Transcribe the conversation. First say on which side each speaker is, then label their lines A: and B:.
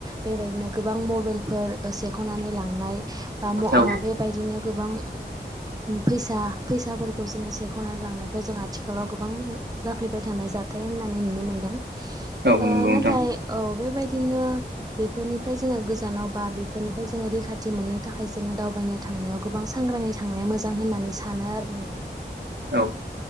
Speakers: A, on the right; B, on the right.
A: बेबायदिनो गोबां मबाइलफोर सेख'नानै लांनाय बा ओ
B: औ
A: बेबायदिनो गोबां फैसा फैसाफोरखौ जोङो सेख'नानै लांनायखौ जों आथिखा जाफ्लेबाय थानाय जाथाय होननानै नुनो मोनदों।
B: औ
A: ओ
B: नंगौ नोंथां
A: नाथाय औ बेबायदिनो बेफोरनिफ्राय जोङो गोजानाव बा बेफोरनिफ्राय जोङो रैखाथि दि मोननो थाखाय जोङो दावबायनो थांनायाव गोबां सांग्राङै थांनाया मोजां होननानै सानो आरो
B: औ